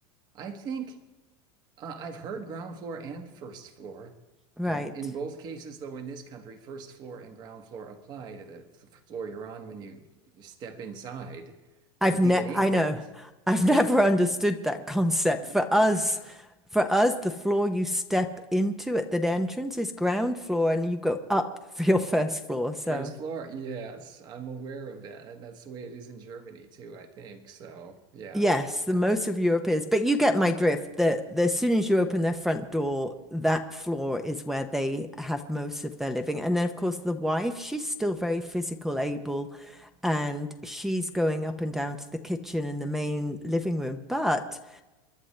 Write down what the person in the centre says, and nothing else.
Right.
I've
ne
I know. I've
<laughs> never
understood that concept.
For us, for us, the floor you step into at the entrance is ground floor and you go up <laughs> for your first floor. So
Yes, the
most of Europe is, but you get my drift that the, as soon as you open their front door, that floor is where they have most of their living. And then, of course, the wife, she's still very physical, able, and she's going up and down to the kitchen and the main living room. But